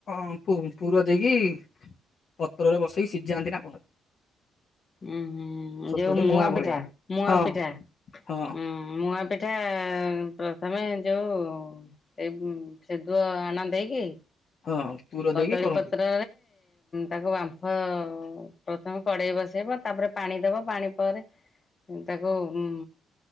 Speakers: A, on the left; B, on the left.
A: ହଁ ପୁର ଦେଇକି ପତ୍ରରେ ବସେଇକି ସିଝିଯାଆନ୍ତି ନା କଣ?
B: ହୁଁ ହୁଁ
A: ଛୋଟଟେ
B: ଯୋଉ ମୁଆ
A: ମୁଆଁ ଭଳିଆ
B: ପିଠା ମୁଆ
A: ହଁ
B: ପିଠା ହୁଁ।
A: ହଁ
B: ମୁଆ ପିଠା ପ୍ରଥମେ ଯୋଉ ଏଇ ସେଦୁଅ ଆଣ ଦେଇକି
A: ହଁ। ପୁର
B: କଦଳୀ
A: ଦେଇକି କରନ୍ତି
B: ପତ୍ର ତାକୁ ବାମ୍ଫ ପ୍ରଥମେ କଡେଇ ବସେଇବ ତାପରେ ପାଣି ଦବ ପାଣି ପରେ ତାକୁ ଉଁ